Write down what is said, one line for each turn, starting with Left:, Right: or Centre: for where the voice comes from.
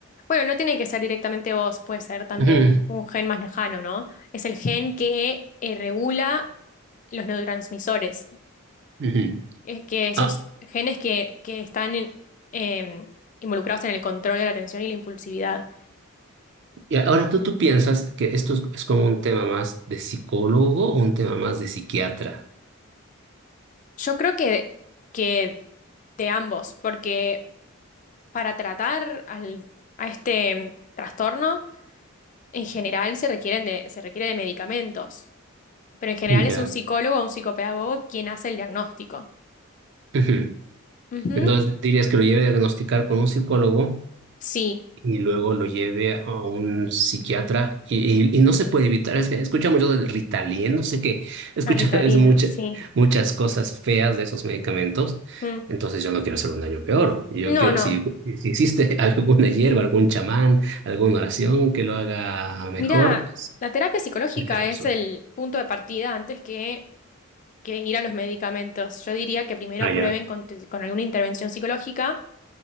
Left: Bueno, no tiene que ser directamente vos, puede ser también
Right: Ujú,
Left: un gen más lejano, ¿no? Es el gen que eh, regula los neurotransmisores,
Right: ujú.
Left: Es que esos
Right: Ah,
Left: genes que, que están eh, involucrados en el control de la atención y la impulsividad.
Right: y ahora tú, tú piensas que esto es, es como un tema más de psicólogo o un tema más de psiquiatra.
Left: Yo creo que, que de ambos, porque para tratar al- a este trastorno, en general se requieren de, se requiere de medicamentos. pero en general
Right: Ya.
Left: es un psicólogo o un psicopedagogo quien hace el diagnóstico.
Right: Ujú.
Left: Ujú.
Right: Entonces, dirías que lo lleve a diagnosticar con un psicólogo
Left: Sí,
Right: y luego lo lleve a un psiquiatra y, y- y no se puede evitar. Es que escuchamos yo del Ritalin, no sé qué. Escucha,
Left: la Ritalina,
Right: <laughs> es mucha-
Left: sí.
Right: muchas cosas feas de esos medicamentos.
Left: Mm.
Right: Entonces, yo no quiero hacer un daño peor. Yo
Left: No,
Right: quiero,
Left: no.
Right: si, si existe <laughs> alguna hierba, algún chamán, alguna oración que lo haga mejor,
Left: Mira, la terapia psicológica
Right: prefiero
Left: es
Right: eso.
Left: el punto de partida antes que, que ir a los medicamentos. Yo diría que primero
Right: Ah, ya.
Left: prueben con, te- con alguna intervención psicológica,